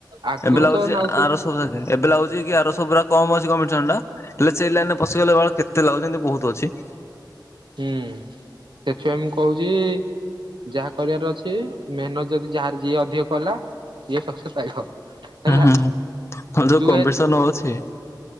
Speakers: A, on the right; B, on the left.
A: ଆଗରୁ
B: ଏବେ ଲାଗୁଛି
A: ତ ନାଉଥିଲ
B: ଆରଶହଏବେ ଲାଗୁଛିକି ଆରଶହ ପୁରା କମ୍ ଅଛି କମ୍ପିଟିସନ୍ ଟା। ସେଇ ଲାଇନ୍ ରେ ପଶିଗଲେ ବାଳ କେତେ ଲାଗୁଛି, ଯେମିତି ବହୁତ୍ ଅଛି।
A: ହୁଁ ସେଥିପାଇଁ ମୁଁ କହୁଛି ଯାହା କରିବାର ଅଛି ମେହେନତ ଯଦି ଯାହାର ଯିଏ ଅଧିକ କଲା ସିଏ ପଛେ ପାଇବ। ହେଲା
B: ହୁଁ ହୁଁ, ଯୋଉ
A: ତୁ
B: କମ୍ପିଟିସନ୍ ଓଛି